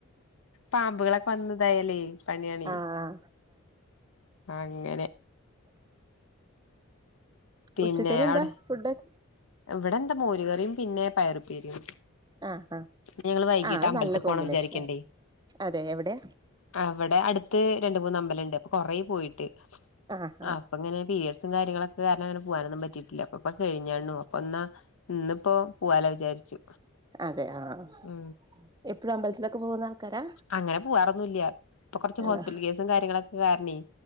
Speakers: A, on the left (about 70°); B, on the right (about 20°).
A: പാമ്പുകളൊക്കെ വന്നതായല്ലേ പണിയണി
B: ആഹ്
A: അങ്ങനെ പിന്നെ
B: ഉച്ചത്തന എന്താ
A: അവിടെ
B: ഫുഡ് ഒക്കെ
A: ഇവിടെ എന്താ മോരുകറിയും പിന്നെ പയറുപ്പേരിയും
B: ആഹ് ആഹ്
A: ഞങ്ങള് വൈകീട്ട്
B: ആഹ് അത്
A: അമ്പലത്തി
B: നല്ല കോമ്പിനേഷനാ
A: പോണം വിചാരിക്കണ്ടേ
B: അതെ എവിടെയാ
A: അവിടെ അടുത്ത് രണ്ട് മൂന്ന് അമ്പലണ്ട് അപ്പ കൊറെ പോയിട്ട്
B: ആഹ് ആഹ്
A: അപ്പ ഇങ്ങനെ പി എസ് കാര്യങ്ങളൊക്കെ കാരണം അങ്ങനെ പോകാനൊന്നും പറ്റിയിട്ടില്ല അപ്പൊ ഇപ്പൊകഴിഞ്ഞാണു അപ്പൊ എന്നാ ഇന്നിപ്പോൊ പൂവാല വിചാരിച്ചു
B: അതെ ആഹ്
A: ഉ
B: എപ്പഴും അമ്പലത്തിലൊക്കെ പോകുന്ന ആൾക്കാരാ
A: അങ്ങനെ പോവാറൊന്നുല്ല്യ ഇപ്പൊ കൊറച്ച്
B: ആണോ
A: ഹോസ്പിറ്റൽ കേസും കാര്യങ്ങളൊക്കെ കാരണേ